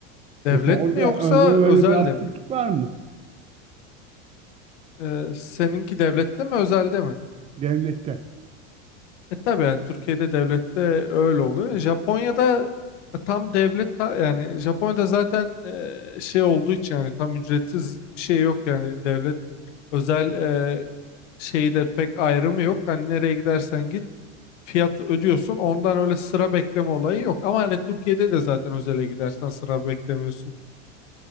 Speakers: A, on the left (about 75°); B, on the right (about 20°).
A: Devlet
B: Mesela orada,
A: mi yoksa
B: orada da
A: özelde
B: öyle bir absürtlük
A: mi?
B: var mı
A: E, seninki devlette mi özelde mi?
B: devlette?
A: E tabii yani Türkiye'de devlette öyle oluyor. Japonya'da e, tam devlet ta- yani Japonya'da zaten e, şey olduğu için yani tam ücretsiz bir şey yok yani devlet özel şeyde pek ayrımı yok. Hani nereye gidersen git fiyat ödüyorsun. Ondan öyle sıra bekleme olayı yok. Ama hani Türkiye'de de zaten özele gidersen sıra beklemiyorsun.